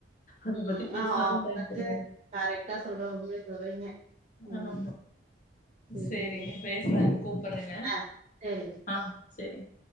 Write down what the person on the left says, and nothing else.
அத பத்தி
பேசினாலு
டைம் தெரியாது
ஆமா
சேரிங்க
பேச்லாங் கூப்புறேங்க
ஆ செரிங்